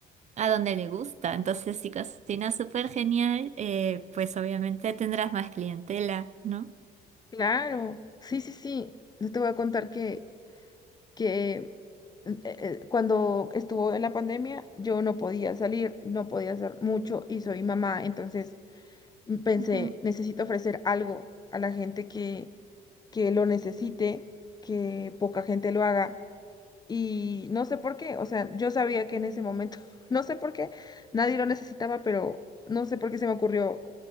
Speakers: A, on the right (about 45°); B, on the left (about 25°).
A: a donde le gusta. Entonces, si cocinas súper genial, eh, pues obviamente tendrás más clientela, ¿no?
B: Claro, sí, sí, sí. Yo te voy a contar que, que eh, eh, cuando estuvo en la pandemia, yo no podía salir, no podía hacer mucho y soy mamá, entonces m- pensé,
A: Ujú.
B: necesito ofrecer algo a la gente que, que lo necesite, que poca gente lo haga. Y no sé por qué, o sea, yo sabía que en ese momento, <laughs> no sé por qué, nadie lo necesitaba, pero no sé por qué se me ocurrió